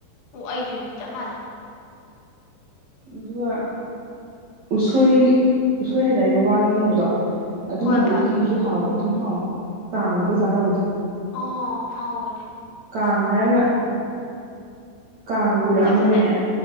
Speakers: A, on the left; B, on the right.
A: ꯑꯣ ꯑꯩꯁꯨꯅꯦ ꯆꯞ ꯃꯥꯟꯅꯩ
B: ꯑꯗꯨꯒ ꯎꯁꯣꯏ ꯎꯁꯣꯏ ꯍꯥꯏꯗꯥꯏꯅꯦ ꯋꯥꯒꯤ ꯀꯩꯅꯣꯗꯣ ꯑꯗꯨꯒꯨꯝꯕ
A: ꯍꯣꯏ ꯍꯣꯏ
B: ꯎꯇꯤꯗꯨꯁꯨ ꯍꯥꯎ ꯑꯗꯨꯝ ꯍꯥꯎꯋꯦ ꯀꯥꯡꯗꯒ ꯆꯥꯅꯕꯗꯣ
A: ꯑꯣ ꯍꯥꯎꯕꯅꯦ
B: ꯀꯥꯡ ꯍꯥꯏꯔꯒ ꯀꯥꯡ ꯀꯨꯏꯔꯛꯑꯝꯃꯔꯣꯏꯅꯦ
A: ꯅꯛꯁꯜꯂꯛꯑꯦ